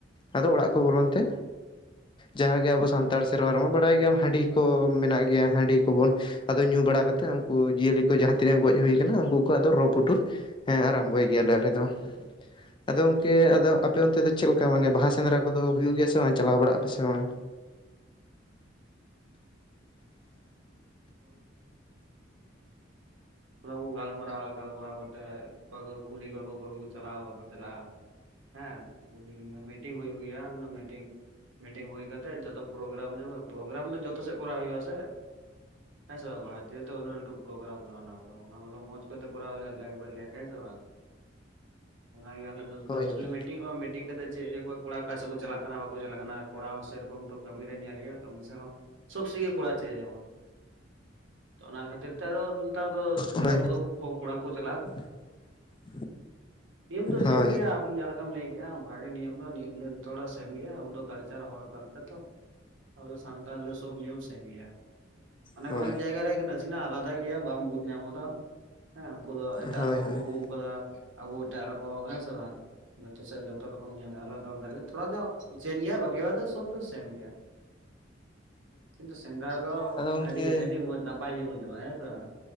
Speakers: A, on the left; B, on the right.
A: ᱟᱫᱚ ᱚᱲᱟᱜ ᱠᱚ ᱵᱚᱞᱚᱱ ᱛᱮ, ᱡᱟᱦᱟᱸ ᱜᱮ ᱟᱵᱚ ᱥᱟᱱᱛᱟᱲ ᱥᱮᱨᱣᱟ ᱨᱮᱢᱟ ᱵᱟᱰᱟᱭ ᱜᱮᱭᱟᱢ ᱦᱟᱺᱰᱤ ᱠᱚ ᱢᱮᱱᱟᱜ ᱜᱮᱭᱟ ᱦᱟᱺᱰᱤ ᱠᱚᱵᱚᱱ, ᱟᱫᱚ ᱧᱩ ᱵᱟᱲᱟ ᱠᱟᱛᱮᱜ ᱩᱱᱠᱩ ᱡᱤᱭᱟᱹᱞᱤ ᱠᱚ ᱡᱟᱦᱟᱸᱛᱤᱱᱟᱹᱜ ᱜᱚᱭᱡ ᱦᱩᱭ ᱟᱠᱟᱱᱟ ᱩᱱᱠᱩ ᱠᱚᱫᱚ ᱨᱚᱼ ᱯᱩᱴᱩᱨ ᱦᱮᱸ ᱟᱨᱟᱢᱵᱷᱚᱭ ᱜᱮᱭᱟᱞᱮ ᱟᱞᱮ ᱫᱚ᱾ ᱟᱫᱚ ᱜᱚᱝᱠᱮ ᱟᱫᱚ ᱟᱯᱮ ᱚᱱᱛᱮ ᱫᱚ ᱪᱮᱫ ᱞᱮᱠᱟ ᱢᱟᱱᱮ ᱵᱟᱦᱟ ᱥᱮᱸᱫᱽᱨᱟ ᱠᱚᱫᱚ ᱦᱩᱭᱩᱜ ᱜᱮᱭᱟ ᱥᱮ ᱵᱟᱝ ᱪᱟᱞᱟᱣ ᱵᱟᱲᱟᱜ ᱟ ᱯᱮ ᱥᱮ ᱵᱟᱝ,
B: ᱚᱱᱟᱠᱚᱫᱚ <unintelligible> ᱤᱱ ᱠᱚ ᱜᱟᱞᱢᱟᱨᱟᱣᱟ ᱜᱟᱞᱢᱟᱨᱟᱣ ᱠᱟᱛᱮᱫ ᱚᱠᱚᱭ ᱠᱚ ᱠᱩᱞᱤ ᱠᱚᱠᱚ ᱚᱠᱚᱭ ᱠᱚ ᱪᱟᱞᱟᱜᱼᱟ ᱵᱟᱠᱚ ᱪᱟᱞᱟᱜᱼᱟ᱾ ᱦᱮᱸ ᱢᱤᱴᱤᱝ ᱦᱩᱭᱩᱜ ᱜᱮᱭᱟ ᱢᱤᱴᱤᱝ, ᱢᱤᱴᱤᱝ ᱦᱩᱭ ᱠᱟᱛᱮᱫ ᱡᱚᱛᱚ ᱯᱨᱳᱜᱨᱟᱢ ᱦᱳᱭᱳ ᱯᱨᱳᱜᱨᱟᱢ ᱫᱚ ᱡᱚᱛᱚ ᱥᱮᱫ ᱠᱚᱨᱟᱣ ᱦᱩᱭᱩᱜ ᱟᱥᱮ᱾ ᱦᱮᱸ ᱥᱮ ᱵᱟ ᱵᱷᱟᱨᱚᱛᱤᱭᱚ ᱩᱱᱟᱹᱜ ᱞᱟᱹᱴᱩ ᱯᱨᱳᱜᱨᱟᱢ ᱠᱟᱱᱟ ᱚᱱᱟ ᱠᱚᱫᱚ ᱚᱱᱟ ᱠᱚᱫᱚ ᱢᱟᱡᱽ ᱠᱚᱛᱮ ᱠᱚᱨᱟᱣ ᱦᱩᱭᱩᱜᱼᱟ ᱦᱮᱸ ᱥᱮ ᱵᱟᱝ ᱚᱱᱟᱜ ᱟᱞᱮ ᱫᱚ <unintelligible>
A: ᱦᱳᱭ ᱦᱳᱭ
B: ᱢᱤᱴᱤᱝ ᱚᱜᱼᱟ ᱢᱤᱴᱤᱝ ᱠᱟ ᱠᱟᱛᱮᱫ ᱪᱮᱫᱠᱚ ᱠᱚᱲᱟ ᱚᱠᱟ ᱥᱮᱫ ᱠᱚ ᱪᱟᱞᱟᱜ ᱠᱟᱱᱟ ᱵᱟᱠᱚ ᱪᱟᱞᱟᱜ ᱠᱟᱱᱟ ᱠᱚᱲᱟ ᱦᱚᱸ ᱥᱮᱨᱚᱠᱚᱢ ᱛᱚ ᱠᱟᱹᱢᱤ ᱨᱮ ᱧᱮᱞ ᱦᱩᱭᱩᱜᱼᱟ, ᱠᱟᱹᱢᱤ ᱥᱮ ᱦᱚᱸ ᱥᱚᱵ ᱥᱮ ᱜᱮ ᱠᱚᱲᱟ ᱪᱟᱭ ᱡᱮᱢᱚᱱ, ᱚᱱᱟ ᱠᱷᱟᱹᱛᱤᱨ ᱛᱮ ᱟᱫᱚ ᱱᱮᱛᱟᱨ ᱫᱚ ᱥᱮᱸᱫᱽᱨᱟ
A: ᱦᱳᱭ
B: ᱠᱚᱫᱚ ᱠᱷᱩᱵ ᱠᱚᱢ ᱠᱚᱲᱟ ᱠᱚ ᱪᱟᱞᱟᱜᱼᱟ᱾
A: <inaudible>
B: ᱱᱤᱭᱚᱢ ᱫᱚ
A: ᱦᱳᱭ
B: ᱥᱮᱢ
A: ᱦᱳᱭ
B: ᱜᱮᱭᱟ, ᱡᱮ ᱞᱮᱠᱟᱢ ᱞᱟᱹᱭ ᱠᱮᱫᱮᱜᱼᱟ ᱚᱱᱠᱟᱜ ᱜᱮ ᱱᱤᱭᱚᱢ ᱫᱚ ᱱᱤᱭᱚᱢ ᱫᱚ ᱡᱚᱛᱚ ᱦᱚᱲᱟᱜ ᱥᱮᱢ ᱜᱮᱭᱟ ᱟᱵᱚ ᱫᱚ ᱠᱟᱞᱪᱟᱨ ᱦᱚᱲ ᱠᱟᱞᱪᱟᱨ ᱛᱚ᱾ ᱟᱵᱚ ᱫᱚ ᱥᱟᱱᱛᱟᱞ ᱫᱚ ᱥᱚᱵ ᱱᱤᱭᱩᱡᱽ ᱥᱮᱢ ᱜᱮᱭᱟ ᱚᱱᱮᱠ
A: ᱦᱳᱭ
B: ᱚᱱᱮᱠ ᱡᱟᱭᱜᱟ ᱨᱮ ᱜᱮ, ᱪᱤᱱᱟᱜ ᱟᱞᱟᱫᱟ ᱜᱮᱭᱟ ᱵᱟᱢ ᱵᱩᱡᱽ ᱧᱟᱢ ᱦᱚᱫᱟ ᱦᱮᱸ ᱩᱱᱠᱩ ᱫᱚ ᱮᱴᱟᱜ
A: ᱦᱳᱭ
B: ᱨᱚᱠᱚᱢ
A: ᱦᱳᱭ ᱦᱳᱭ
B: ᱠᱚ, ᱠᱳᱫᱟ ᱟᱵᱩ ᱮᱴᱟᱜ ᱨᱚᱠᱚᱢ ᱦᱮᱸ ᱥᱮ ᱵᱟᱝ᱾ ᱡᱚᱛᱚ ᱥᱮᱫ ᱡᱚᱛᱚ ᱨᱚᱠᱚᱢ ᱧᱟᱢᱼᱟ ᱟᱞᱟᱫᱟ ᱟᱞᱟᱫᱟ ᱜᱮ ᱛᱷᱚᱲᱥ ᱧᱚᱜ ᱪᱮᱢ ᱜᱮᱭᱟ ᱵᱟᱹᱠᱤ ᱵᱟ ᱫᱚ ᱥᱚᱵ ᱫᱚ ᱥᱮᱢ ᱜᱮᱭᱟ᱾ ᱠᱤᱱᱛᱩ ᱥᱮᱸᱫᱽᱨᱟ ᱫᱚ
A: ᱟᱫᱚ ᱜᱚᱝᱠᱮ
B: ᱟᱹᱰᱤ ᱟᱹᱰᱤ ᱢᱚᱸᱡᱽ ᱱᱟᱯᱟᱭ ᱜᱮ ᱵᱩᱡᱩᱜᱼᱟ ᱦᱮᱸ ᱥᱮ ᱵᱟᱝ᱾